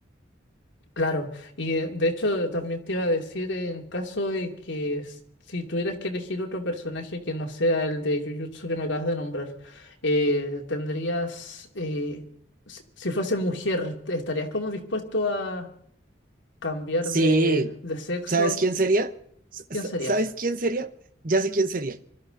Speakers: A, on the left; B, on the right.
A: claro, y eh, de hecho también te iba a decir en caso de que s- si tuvieras que elegir otro personaje que no sea el de Jujutsu que me acabas de nombrar, eh, tendrías... eh, si si fuese mujer, ¿estarías como dispuesto a... cambiar
B: Sí,
A: de, de sexo,
B: ¿sabes quién sería? S- s-
A: ¿quién serías?
B: ¿Sabes quién sería? Ya sé quién sería,